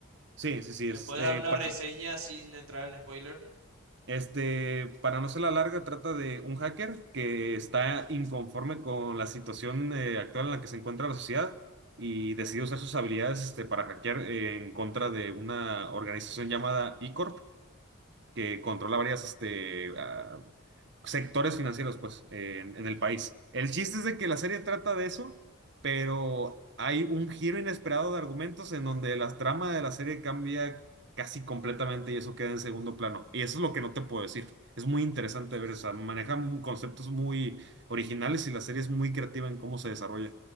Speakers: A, on the right (about 55°); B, on the right (about 75°).
A: Sí, sí, sí,
B: ¿Me
A: es,
B: puedes
A: eh,
B: dar una
A: para,
B: reseña sin entrar en spoiler?
A: este, para no ser la larga, trata de un hacker que está inconforme con la situación eh, actual en la que se encuentra la sociedad y decidió usar sus habilidades este, para hackear eh, en contra de una organización llamada E-Corp que controla varias este, ah, sectores financieros, pues, eh, en, en el país. El chiste es de que la serie trata de eso, pero hay un giro inesperado de argumentos en donde la trama de la serie cambia casi completamente y eso queda en segundo plano. Y eso es lo que no te puedo decir. Es muy interesante ver, o sea, maneja mu- conceptos muy originales y la serie es muy creativa en cómo se desarrolla.